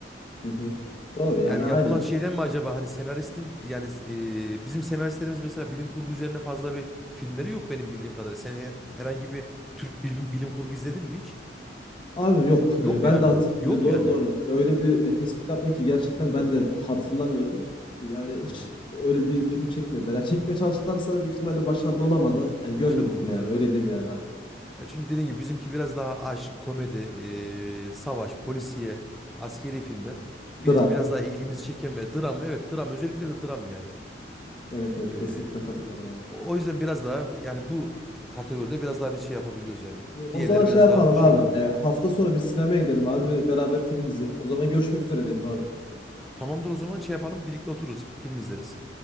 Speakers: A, on the left (about 30°); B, in the centre.
A: Hı hı. Doğru yani
B: Yani
A: aynen.
B: yapılan şeyden mi acaba hani senaristin yani e, bizim senaristlerimiz mesela bilim kurgu üzerine fazla bir filmleri yok benim bildiğim kadarıyla. Sen he- herhangi bir Türk bilim, bilim kurgu izledin mi hiç?
A: Abi yok, eee,
B: Yok
A: ben
B: yani.
A: de hat
B: Yok
A: Yo, doğru,
B: yani.
A: doğru. Ya, öyle bir, eee, tespit yaptın ki gerçekten ben
B: Hı hı.
A: de hatırlamıyorum. Yani hiç
B: Hı hı.
A: öyle bir film çekmediler. Ya, çekmeye çalıştılarsa da büyük ihtimalle başarılı olamadı. Yani görmedik
B: Başarılı olamaz
A: bile yani,
B: evet.
A: öyle diyeyim yani abi.
B: Ya çünkü dediğim gibi bizimki biraz daha aşk, komedi, eee, savaş, polisiye, askeri filmler.
A: Eee, dram.
B: Biz biraz daha ilgimizi çeken ve dram. Evet dram özellikle de dram yani.
A: Evet, evet,
B: Eee,
A: kesinlikle katılıyorum abi.
B: o yüzden biraz daha yani bu kategoride biraz daha biz şey yapabiliyoruz yani.
A: Eee, o
B: Diğerleri
A: zaman şey
B: biraz
A: yapalım
B: daha şey
A: abi,
B: olmuyor.
A: eee, hafta sonu bir sinemaya gidelim abi, beraber film izleyelim. O zaman görüşmek üzere diyelim abi.
B: Tamamdır o zaman şey yapalım birlikte otururuz film izleriz.